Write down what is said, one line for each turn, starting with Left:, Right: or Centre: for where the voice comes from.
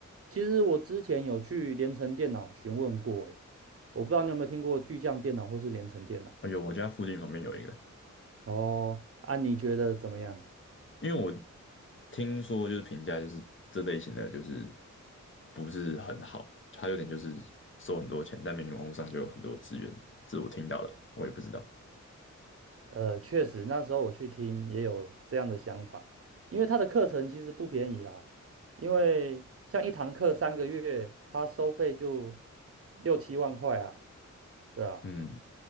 Right: 其实我之前有去联成电脑询问过，诶，我不知道你有没有听过巨匠电脑或是联成电脑。
Left: 哎呦，我家附近旁边有一个，
Right: 哦，啊，你觉得怎么样？
Left: 因为我听说就是评价就是这类型的就是不是很好，它有点就是收很多钱，但明明网络上就有很多资源，这是我听到的，我也不知道。
Right: 呃，确实，那时候我去听也有这样的想法，因为他的课程其实不便宜啦，因为像一堂课三个月，他收费就六七万块啊，对啊，
Left: 嗯